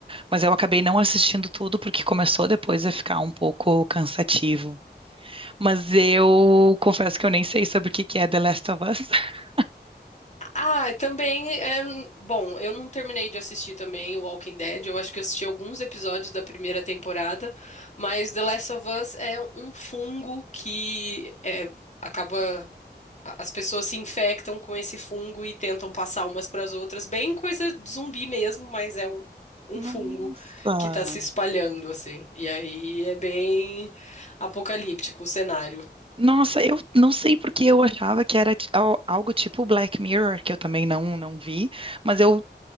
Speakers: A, on the right; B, on the left.
A: Mas eu acabei não assistindo tudo porque começou depois a ficar um pouco cansativo. Mas eu confesso que eu nem sei sobre o que que é The Last of Us. <laughs>
B: Ah, também é. Bom, eu não terminei de assistir também o Walking Dead. Eu acho que eu assisti alguns episódios da primeira temporada, mas The Last of Us é um fungo que é, acaba. As pessoas se infectam com esse fungo e tentam passar umas para as outras. Bem coisa de zumbi mesmo, mas é um, um
A: Nossa.
B: fungo que tá se espalhando, assim. E aí é bem apocalíptico o cenário.
A: Nossa, eu não sei porque eu achava que era ti- al- algo tipo Black Mirror, que eu também não, não vi, mas eu